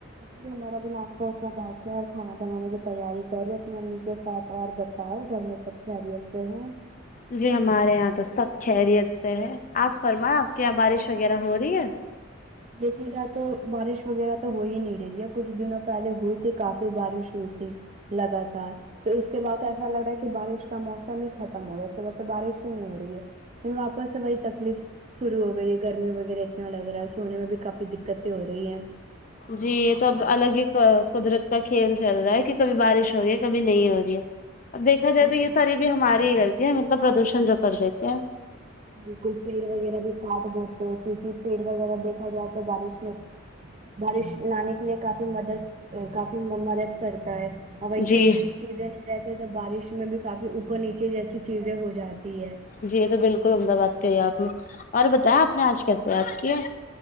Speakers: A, on the right; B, on the left.
A: جی ہمارا بھی آپ خوب بیٹھے اور کھانا بنانے کی تیاری کر رہے اپنی امی کے ساتھ اور بت اے ہے گھر میں سب خیریت سے ہیں
B: جی ہمارے یہاں تو سب خیریت سے ہے آپ فرما آپ کے یہاں بارش وغیرہ ہو رہی ہے
A: دیکھا جائے تو بارش وغیرہ تو ہو ہی نہیں رہی ہے کچھ دنوں پہلے ہوئی تھی کافی بارش ہوئی ت ی لگاتار پھر اس کے بعد ایسا لگ رہا ہے کہ بارش اس کا موسم ہی ختم ہو رہا ہے اس کے بعد تو بارش ہی نہیں ہو رہی ہے کیہ آپس سے وہی تکلیف شروع ہو گئی ہے گرمی وغیرہ اتنا لگ رہا ہے سونے میں بھی کافی دقتیں ہو رہی ہیں
B: جی یہ تو اب الگ ہی قدرت کا کھیل چل رہا ہے کہ کبھی بارش ہو رہی ہے کبھی نہیں ہو رہی ہے اب دیکھا
A: بالکل
B: جائے تو یہ
A: صحیح
B: ساری بھی ہماری ہی غلطی ہے مطلب پردوشن جو کر دیتے ہیں
A: بالکل پیڑ وغیرہ بھی کاٹ دیتے کیونکہ پیڑ وغیرہ دیکھا جائے تو بارش میں بارش لانے کے لیے کافی مدد کافی مدد کرتا ہے ہوائی
B: جی
A: چہی چیزیں نہیں رہتی تو بارش میں بھی کافی اوپر نیچے جیسی چیزیں ہو جاتی ہے
B: جی یہ تو بالکل عمدہ بات کہی آپ نے اور بتایا آپ نے آج کیسے یاد کیا